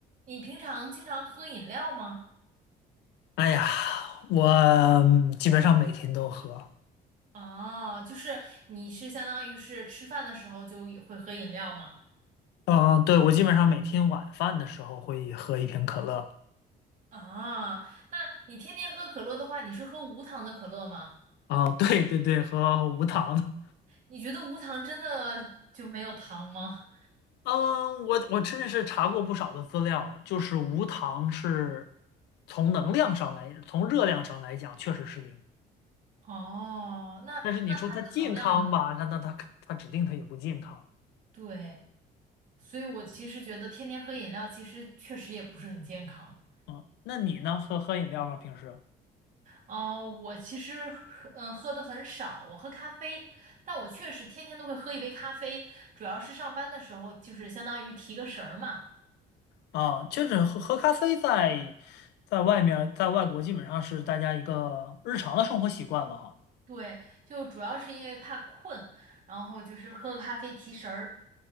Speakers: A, on the right (about 50°); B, on the left (about 80°).
A: 你平常经常喝饮料吗？
B: 哎呀，我嗯基本上每天都喝。
A: 哦，就是你是相当于是吃饭的时候就也会喝饮料吗？
B: 嗯、对，我基本上每天晚饭的时候会喝一瓶可乐。
A: 啊，那你天天喝可乐的话，你是喝无糖的可乐吗？
B: 啊、对对对，喝无糖的。
A: 你觉得无糖真的就没有糖吗？
B: 嗯，我我真的是查过不少的资料，就是无糖是从能量上来，从热量上来讲确实是零。
A: 哦，那那含糖量呢？
B: 但是你说它健康吧，它那它它指定它也不健康。
A: 对，所以我其实觉得天天喝饮料其实确实也不是很健康。
B: 嗯，那你呢？喝喝饮料吗？平时？
A: 哦，我其实嗯喝的很少，我喝咖啡，但我确实天天都会喝一杯咖啡，主要是上班的时候就是相当于提个神儿嘛。
B: 啊，就是喝喝咖啡在在外面儿在外国基本上是大家一个日常的生活习惯了哈。
A: 对，就主要是因为怕困，然后就是喝个咖啡提神儿。